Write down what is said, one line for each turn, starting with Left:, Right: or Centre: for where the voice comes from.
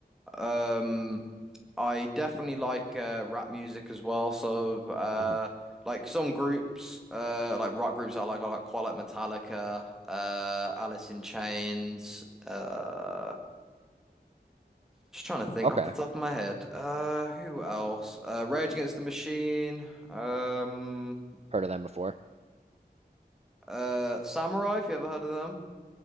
Centre: Um, I definitely like uh, rap music as well. So, uh,
Right: Mhm.
Centre: like some groups, uh, like rock groups I like, I like quite like Metallica, uh, Alice in Chains. Uh, just trying to think
Right: Okay,
Centre: off the top of my head. Uh, who else? Uh, Rage Against the Machine. Um.
Right: heard of them before.
Centre: Uh, Samurai, if you ever heard of them,